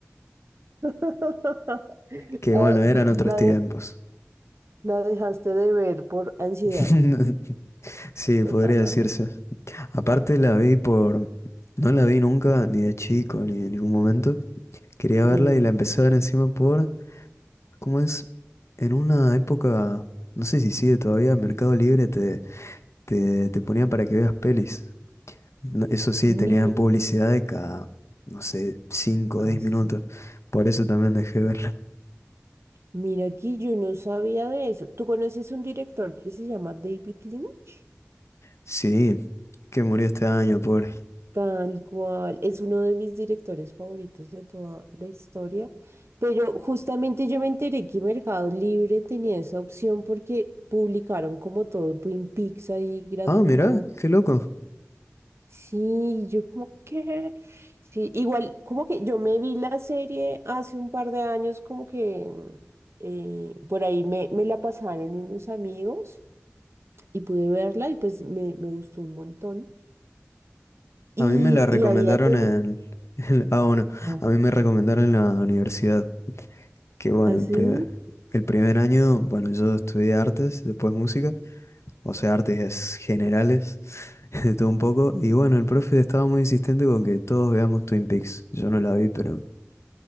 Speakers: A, on the right (about 60°); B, on the left (about 65°).
A: <laughs>
B: Que
A: Ah,
B: bueno, eran otros
A: la,
B: tiempos.
A: de- la dejaste de ver por ansiedad.
B: <laughs> Sí, podría
A: <laughs>
B: decirse. Aparte la vi por... No la vi nunca, ni de chico, ni en ningún momento. Quería verla
A: Ujú.
B: y la empecé a ver encima por... ¿Cómo es? En una época, no sé si sigue todavía, Mercado Libre te, te, te ponía para que veas pelis. No, Eso sí, tenían
A: Mi,
B: publicidad de cada, no sé, cinco
A: ah,
B: o diez
A: sí.
B: minutos. Por eso también dejé de verla. <laughs>
A: Mira aquí, yo no sabía de eso. ¿Tú conoces un director que se llama David Lynch?
B: Sí, que murió este año, pobre.
A: Tal cual, es uno de mis directores favoritos de toda la historia, pero justamente yo me enteré que Mercado Libre tenía esa opción porque publicaron como todo Twin Peaks ahí gratuito.
B: Ah, mirá, qué loco.
A: Sí, yo como que, sí, igual como que yo me vi la serie hace un par de años como que eh, por ahí me, me la pasaron unos amigos y pude verla y pues me, me gustó un montón. Y,
B: A mí me la recomendaron
A: y había... ten-
B: en... <laughs> en- ah, bueno,
A: Ah,
B: a mí me recomendaron en la universidad. Que bueno,
A: ¿así?
B: el primer, el primer año, bueno, yo estudié artes, después música. O sea, artes generales, <laughs> de todo un poco. Y bueno, el profe estaba muy insistente con que todos veamos Twin Peaks. Yo no la vi, pero